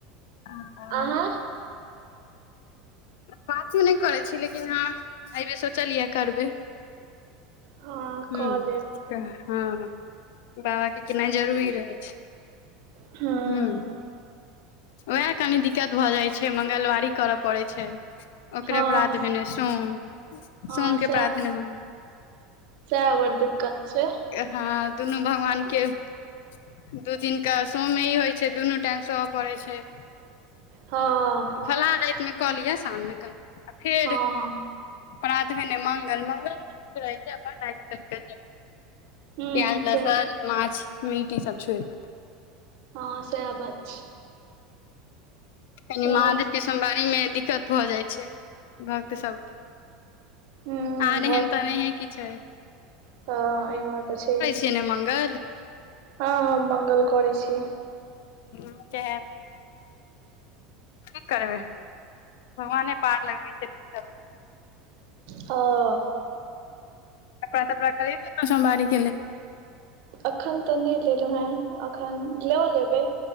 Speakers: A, on the left (about 75°); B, on the right (about 60°).
A: पाँचो
B: अहाँ
A: पाचों नहि करै छी लेकिन अहाँ अयबेर सोचलियै करबै
B: हँ
A: ह
B: कऽ लेब
A: हँ बाबा क केनाइ जरूरी रहै छै
B: हँ
A: हूँ उएह कनि दिक्कत भऽ जाय छै मंगलवारी करय पड़ै छै ओकरे
B: हँ
A: परात भेने सोम
B: हँ
A: सोमके
B: सएह
A: परात भेने मंग
B: सएह बड़ दिक्कत छै
A: हँ दुनू भगवान के दू दिनका स ही होइ छै दुनू टाइम स परै छै
B: हँ
A: फला रातमे कहलिअ शाममे कनि आ फेर
B: हँ हँ
A: प्रात भेने मंगल मंगल मे नीक रहै छै अपन रति
B: हूँ
A: प्याज लहसन
B: छै
A: माछ मीट ई सब छोरिक
B: हँ स‌एह बात छै
A: कनि
B: सएह
A: महादेवके सोमवारीमे दिक्कत भऽ जाइ छै भक्त सभके
B: हूँ
A: आहेन तऽ नही कुछ है
B: त एयमे त छै
A: चिने मङ्गल
B: हँ ह मंगल करै छी
A: हुँ केहेब की करबै भगवाने पार लगबै छथिन सबके
B: ह
A: कपड़ा तपड़ा खरीदे ने सोमार के ल लेल
B: अखन तऽ नहि लेलहुँ हेँ एखन लऽ लेबै